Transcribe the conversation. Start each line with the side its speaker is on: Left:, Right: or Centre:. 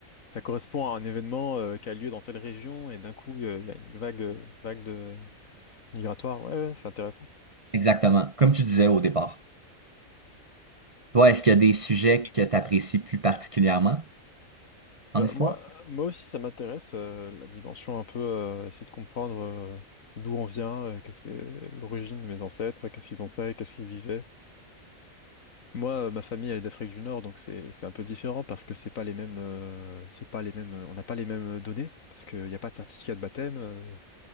Left: ça correspond à un événement euh, qui a lieu dans telle région et d'un coup, euh, il y a une vague, euh, une vague de migratoire. Ouais, ouais, c'est intéressant.
Right: Exactement, comme tu disais au départ. Toi, est-ce qu'il y a des sujets que tu apprécies plus particulièrement en
Left: Bah,
Right: histoire?
Left: moi, euh, moi aussi, ça m'intéresse euh, la dimension un peu, euh, essayer de comprendre euh, d'où on vient, euh, qu'est-ce que l'origine de mes ancêtres, qu'est-ce qu'ils ont fait, qu'est-ce qu'ils vivaient. Moi, euh, ma famille, elle est d'Afrique du Nord, donc c'est c'est un peu différent parce que c'est pas les mêmes, euh, c'est pas les mêmes, on n'a pas les mêmes données parce qu'il n'y a pas de certificat de baptême. euh,